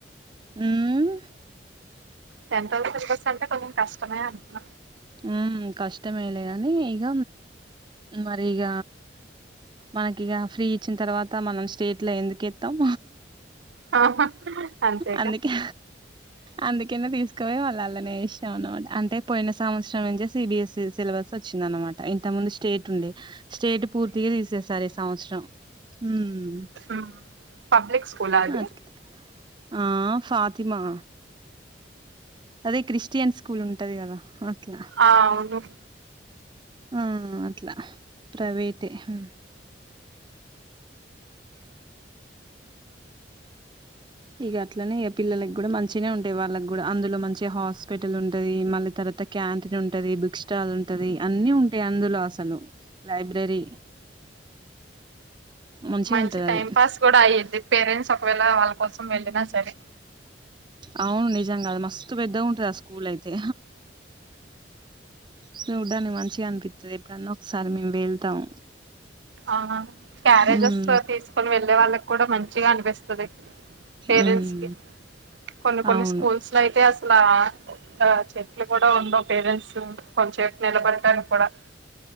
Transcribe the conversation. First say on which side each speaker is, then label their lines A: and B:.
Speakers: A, on the right; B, on the right.
A: ఉమ్
B: సెంట్రల్ సిర్బస్ అంటే కొంచెం కష్టమే అంటున్న
A: ఉ కష్టమేలేగానీ ఇక మరి ఇగ మనకి ఇక ఫ్రీ ఇచ్చిన తర్వాత మనం స్టేట్ లో ఎందుకు ఎస్తాం
B: ఆహా అంతేగా
A: అందుకే అందుకనే తీసుకో వాళ్ళ అలానే ఏసినం అనమాట అంటే పోయిన సంవత్సరం నుంచే సిబిఎస్సి సిలబస్ వచ్చిందనమాట ఇంత ముందు స్టేట్ ఉండే స్టేట్ పూర్తిగా తీసేశారు ఈ సంవత్సరం ఉమ్
B: ఉ పబ్లిక్ స్కూల్ అది
A: అట్లా ఆ ఫాతిమా అదే క్రిస్టియన్ స్కూల్ ఉంటది కదా అట్లా
B: ఆ అవును
A: ఆ అట్లా ప్రైవేట్ హు ఇక అట్లనే ఇక పిల్లలకి కూడా మంచినే ఉంటాయి వాళ్ళకి కూడా అందులో మంచిగా హాస్పిటల్ ఉంటుంది మళ్ళీ తర్వాత క్యాంటీన్ ఉంటది బుక్ స్టాల్ ఉంటది అన్ని ఉంటాయి అందులో అసలు లైబ్రరీ మంచిగా
B: మంచి
A: ఉంటది
B: టైం
A: అది
B: పాస్ కూడా అయ్యేద్ది పేరెంట్స్ ఒకవేళ వాళ్ళ కోసం వెళ్ళిన సరే
A: అవును నిజం కాదు మస్తు పెద్దగా ఉంటది ఆ స్కూల్ అయితే చూడ్డానికి మంచిగా అనిపిస్తుంది ఎప్పుడన్నా ఒకసారి మేము వెళ్తాం
B: అవునా క్యారేజెస్
A: ఉమ్
B: వస్తె తీసుకొని వెళ్ళే వాళ్ళకి కూడా మంచిగా అనిపిస్ తది పేరెంట్స్
A: ఉమ్
B: కి కొన్ని కొన్ని
A: అవును
B: స్కూల్స్ అట్లా అయితే అసలా ఒక చెట్లు కూడా ఉండవు పేరెంట్స్ కొంచెపు నిలబడటానికి కూడా